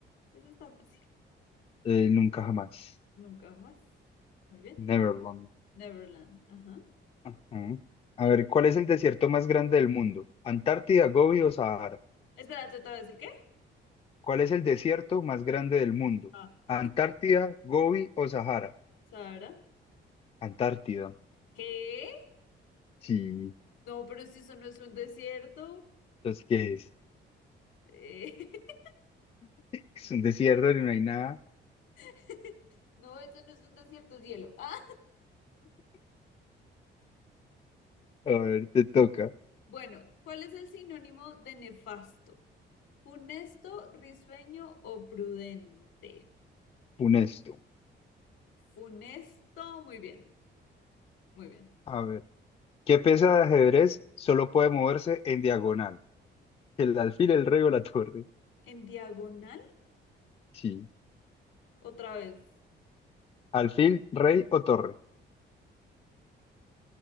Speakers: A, on the left; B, on the left.
A: Eso está fácil.
B: Eh, nunca jamás.
A: Nunca jamás. Muy bien.
B: Neverland.
A: Neverland. Ajá.
B: Ajá. A
A: El...
B: ver, ¿cuál es el desierto más grande del mundo? ¿Antártida, Gobi o Sahara?
A: Espérate otra vez, ¿el qué?
B: ¿Cuál es el desierto más grande del mundo?
A: Ah. <laughs>
B: ¿Antártida, Gobi o Sahara?
A: Sara.
B: Antártida.
A: ¿Qué?
B: Sí.
A: No, pero si eso no es un desierto.
B: Entonces, ¿qué es?
A: Eh, <laughs>
B: Es un desierto y no hay nada.
A: <laughs> No, eso no es un desierto, es hielo. Ah,
B: A ver, te toca.
A: bueno, ¿cuál es el sinónimo de nefasto? ¿Funesto, risueño o prudente?
B: Funesto.
A: Funesto, muy bien, muy bien.
B: A ver. ¿Qué pieza de ajedrez solo puede moverse en diagonal? ¿El alfil, el rey o la torre?
A: ¿En diagonal?
B: Sí.
A: Otra vez.
B: ¿Alfil, rey o torre?